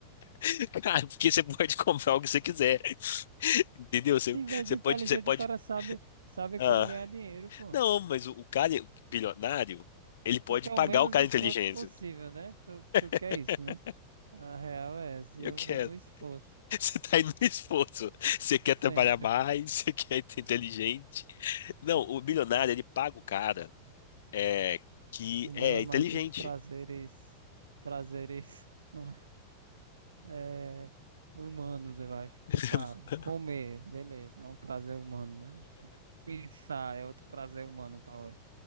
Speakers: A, on the left (about 60°); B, on the right (about 70°).
A: <laughs> Cara, porque você pode comprar o que você quiser. <laughs> Entendeu? Você,
B: Se mais
A: você
B: inteligente,
A: pode, você pode.
B: o cara sabe, sabe
A: ah,
B: como ganhar dinheiro, pô.
A: não, mas o, o cara bilionário, ele pode
B: Tu quer
A: pagar
B: o menos
A: o cara
B: esforço
A: inteligente.
B: possível, né? Tu, tu quer
A: <laughs>
B: isso, né? A real é essa.
A: Eu
B: e Eu
A: quero.
B: vou no esforço.
A: Você tá indo no esforço. Você quer
B: Sempre.
A: trabalhar mais, <laughs> você quer ser inteligente. Não,
B: É,
A: o bilionário, ele paga o cara é, que
B: o meu
A: é
B: é
A: inteligente.
B: mais dos prazeres. Prazeres. <laughs> é, humanos, eu acho.
A: <laughs>
B: Tipo, ah, comer, beleza. É um prazer humano, né? Tipo, pensar é outro prazer humano, talvez.